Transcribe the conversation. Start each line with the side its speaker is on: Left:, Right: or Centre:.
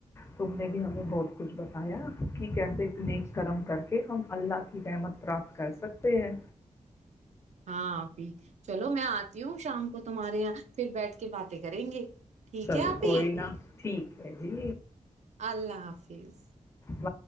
Left: تم نے بھی ہمیں بہت کچھ بتایا کہ کیسے نیک کرم کر کے ہم اللہ کی احمت پراپت کر سکتے ہیں
Right: ہاںب چلو میں آتی ہوں شام کو تمہارے یہاں پھر بیٹھ کے باتیں کریں گے ٹھیک
Left: چلو
Right: ہے آپی
Left: کوئی ن ٹھیک ہے جی
Right: اللہ حافظ
Left: و